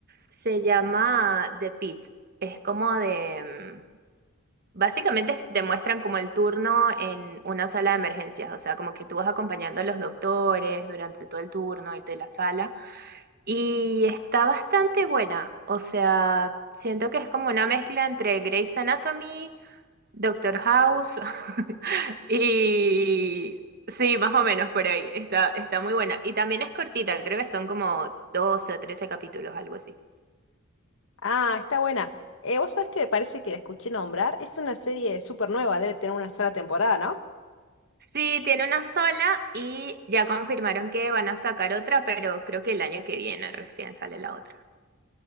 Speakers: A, on the right; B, on the left.
A: Se llama The Pit. Es como de... mm, Básicamente te muestran como el turno en una sala de emergencias, o sea, como que tú vas acompañando a los doctores durante todo el turno y de la sala. Y está bastante buena, o sea, siento que es como una mezcla entre Grey's Anatomy, Doctor House <laughs> y... Sí, más o menos por ahí, está, está muy buena. Y también es cortita, creo que son como 12 o 13 capítulos, algo así.
B: Ah, está buena. Eh, vos sabés que me parece que la escuché nombrar. Es una serie súper nueva, debe tener una sola temporada, ¿no?
A: Sí, tiene una sola y ya confirmaron que van a sacar otra, pero creo que el año que viene recién sale la otra.